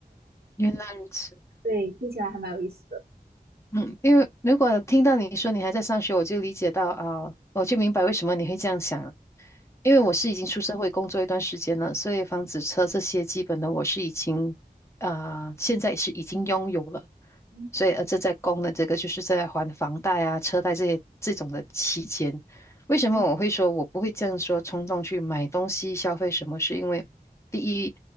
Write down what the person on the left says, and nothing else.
原来如此。
嗯，因为如果听到你说你还在上学，我就理解到啊，我就明白为什么你会这样想了因为我是已经出社会工作一段时间了，所以房子、车这些基本的我是已经啊、现在是已经拥有了，
所以呃正在供的这个就是在还房贷啊、车贷这些这种的期间，为什么我会说我不会这样说冲动去买东西消费什么？
是因为第一，